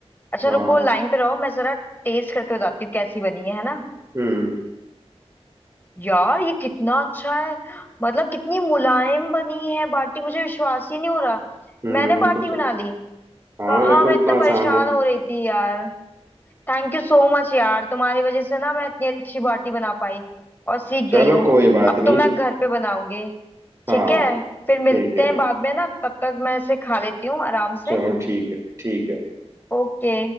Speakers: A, on the left; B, on the right.
A: अच्छा
B: हाँ
A: रुको लाइन पे रहो मैं जरा टेस्ट करके बताती हूँ कैसी बनी है है ना
B: हम्म
A: यार ये कितना अच्छा है मतलब कितनी मुलायम बनी है बाटी मुझे विश्वास ही नहीं हो रहा
B: हम्म
A: मैंने बाटी
B: तो, तो,
A: बना ली
B: हाँ
A: कहाँ
B: देखो
A: मैं
B: इतना
A: इतना परेशान
B: आसान है
A: हो रही थी यार थैंक यू सो मच यार तुम्हारी वजह से ना मैं इतनी अच्छी बाटी बना पाई और सीख
B: चलो
A: गई हूँ
B: कोई बात
A: अब
B: नहीं
A: तो मैं घर पे बनाऊंगी
B: हाँ
A: ठीक है फिर मिलते
B: ठीक है
A: हैं बाद में ना तब तक मैं इसे खा लेती हूँ आराम
B: चलो
A: से
B: ठीक है ठीक है
A: ओके